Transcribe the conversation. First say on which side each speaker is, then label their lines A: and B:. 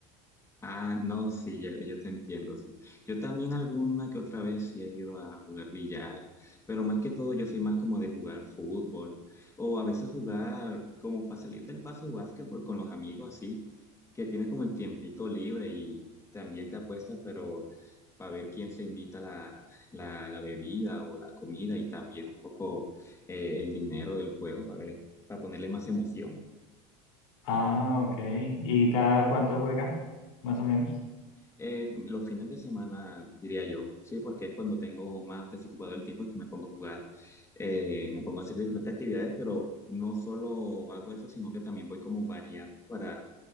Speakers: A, on the left; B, on the left.
A: Ah, no, sí, yo, yo te entiendo, sí. Yo también alguna que otra vez sí he ido a jugar billar, pero más que todo yo soy más como de jugar fútbol o a veces jugar como para salir del paso básquetbol con los amigos así, que tienes como el tiempito libre y también te apuestas, pero para ver quién se invita la, la, la bebida o la comida y también un poco eh, el dinero del juego para ver, para ponerle más emoción.
B: Ah, ok. ¿Y cada cuánto juega? Más o menos.
A: Eh, los fines de semana, diría yo, sí, porque es cuando tengo más desocupado el tiempo, es que me pongo a jugar, eh, me pongo a hacer diferentes actividades, pero no solo hago eso, sino que también voy como variando para